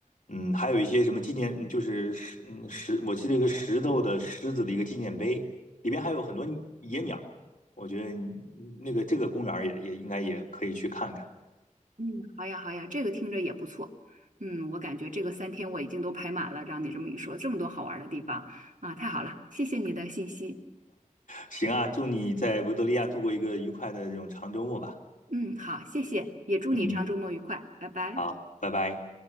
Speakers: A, on the left (about 75°); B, on the right (about 70°).
A: 嗯，还有一些什么纪念，嗯就是石，嗯石，我记得一个石头的狮子的一个纪念碑，里边还有很多野鸟。我觉得你那个这个公园儿也也应该也可以去看看。
B: 嗯，好呀，好呀，这个听着也不错。嗯，我感觉这个三天我已经都排满了，让你这么一说，这么多好玩儿的地方啊，太好了，谢谢你的信息。
A: 行啊，祝你在维多利亚度过一个愉快的这种长周末吧。
B: 嗯，好，谢谢，也祝你长周末愉快，
A: 嗯，
B: 拜拜。
A: 好，拜拜。